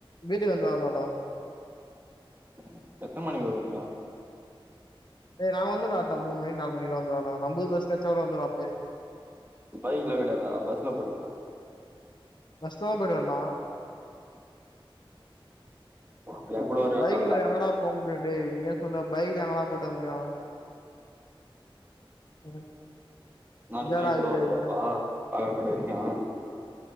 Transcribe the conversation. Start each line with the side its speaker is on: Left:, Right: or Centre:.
Left: வீட்டு வந்துருவாங்க
Right: ம் எத்தன மணிக்கு வருவீங்க
Left: ஏ நா வந்துருவன்டா மூணு மணி நால மணிகுலாம் வந்துட்ட நம்போ பஸ் கச்ச கூட வந்துருவ அப்பயே
Right: பைக்லா கெடையதா பஸ்ல போறீங்ளா
Left: பஸ்ல தான் போய்ட்டு வரனு
Right: அப்ப என் கூட வருவியா
Left: பைக்ல
Right: கால்ல
Left: எங்கடா போ முடியு டே நீயே சொல்லு பைக்ல எங்கடா போயிட்டு வர முடியு ம்
Right: நாளைனா
Left: எங்கடா
Right: என்
Left: இருக்குது
Right: கூட வருவீயாப்பா
Left: அது
Right: பகல் மட்டு வரைக்கு